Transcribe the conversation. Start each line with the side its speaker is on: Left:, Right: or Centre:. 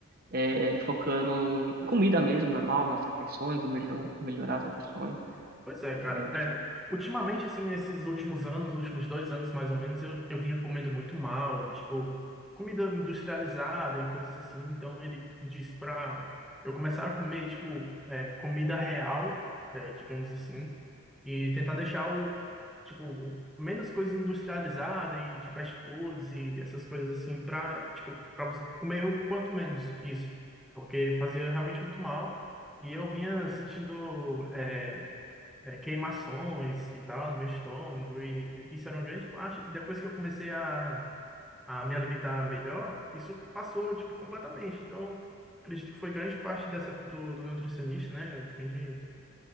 Right: é, focando em comida mesmo, normal, nas refeições, e melhor, melhorar as refeições?
Centre: Pois é,
Right: É,
Centre: cara.
Right: me-
Centre: É, ultimamente, assim, nesses últimos anos, últimos dois anos mais ou menos, eu, eu vinha comendo muito mal, tipo, comida industrializada e coisas assim. Então ele disse pra eu começar a comer, tipo, é, comida real, é, digamos assim, e tentar deixar o, tipo, menos coisa industrializada e de fast foods e essas coisas assim, pra, tipo, pra você comer o quanto menos isso, porque fazia realmente muito mal. E eu vinha sentindo. é, é, queimações e tal, no meu estômago, e, e isso era uma grande parte. Depois que eu comecei a, a me alimentar melhor, isso passou, tipo, completamente. Então, acredito que foi grande parte dessa do, do nutricionista, né? Grande,